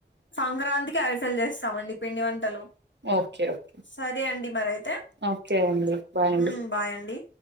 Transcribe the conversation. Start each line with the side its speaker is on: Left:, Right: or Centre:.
Left: సంక్రాంతికి అరిసెలు చేస్తామండి పిండి వంటలు
Right: ఓకే ఓకే
Left: సరే అండి మరైతే
Right: ఓకే అండి బాయ్ అండి
Left: ఉమ్ బాయ్ అండి